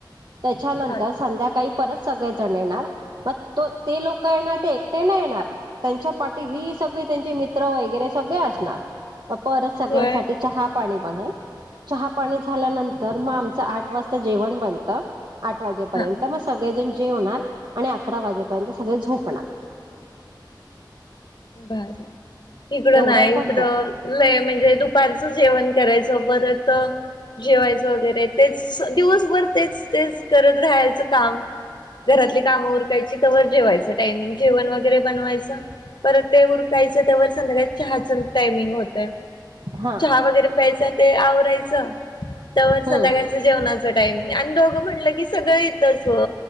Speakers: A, on the right; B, on the left.
A: त्याच्यानंतर
B: हा
A: संध्याकाळी परत सगळेजण येणार मग तो ते लोक येणार ते एकटे नाही येणार त्यांच्या पाठी ही सगळे त्यांचे मित्र वगैरे सगळे असणार म परत सगळ्यांसाठी
B: होय
A: चहा पाणी बनेल चहा पाणी झाल्यानंतर म आमच्यासा आठ वाजता जेवण बनत आठ वाजेपर्यंत
B: हा
A: मग सगळेजण जेवणार आणि अकरा वाजेपर्यंत सगळे झोपणार
B: भारी इकडं
A: एवढं
B: नाही
A: बनत
B: इकडं लई म्हणजे दुपारचं जेवण करायचं परत जेवायचं वगैरे तेच दिवसभर तेच तेच करत राहायचं काम घरातली कामं उरकायची तवर जेवायचं टायमिंग जेवण वगैरे बनवायचं परत ते उरकायचं तवर संध्याकाळ चहाच टायमिंग होतय
A: हा
B: चहा वगैरे प्यायचा ते आवरायचं तवर
A: हम्म
B: संध्याकाळ जेवणाच टायमिंग आणि दोघं म्हटलं की सगळं येतच हो